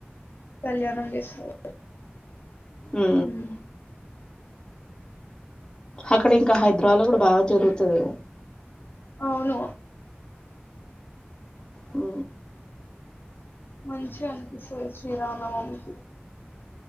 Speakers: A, on the left; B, on the left.
A: కళ్యాణం చేస్తారు
B: ఉ
A: ఉమ్
B: అక్కడ ఇంకా హైదరాబాద్ లో కూడా బాగా జరుగుతుంది కదా
A: అవును
B: ఓ
A: మంచిగా అనిపిస్తుంది శ్రీరామనమా మికి